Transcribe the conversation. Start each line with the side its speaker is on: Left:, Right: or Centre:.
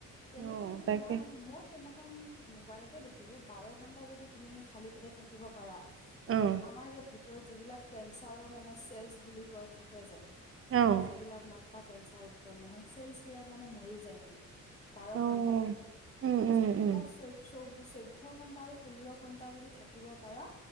Left: তেনেকে
Right: অ',
Left: যদি
Right: তাকে
Left: তোমাৰ মানে মই মোবাইলতে দেখিলো বাৰ ঘন্টা যদি তুমি খালি পেটে থাকিব পাৰা তেতিয়া
Right: অ',
Left: আমাৰ যে ভিত যিবিলাক কেঞ্চাৰৰ মানে চেলচ বুলি কৈ থাকে যে
Right: অ',
Left: যিবিলাক মান পাক কেঞ্চাৰ উৎপন্ন হয় চেলচছ বিলাক মানে মৰি যায় হেনো। বাৰ
Right: অ',
Left: ঘন্টাটো
Right: উম, উম,
Left: তেতিয়া
Right: উম,
Left: চৈধ চৌ চৈধ্য ঘন্টা আৰু ষোল্ল ঘন্টা যদি থাকিব পাৰা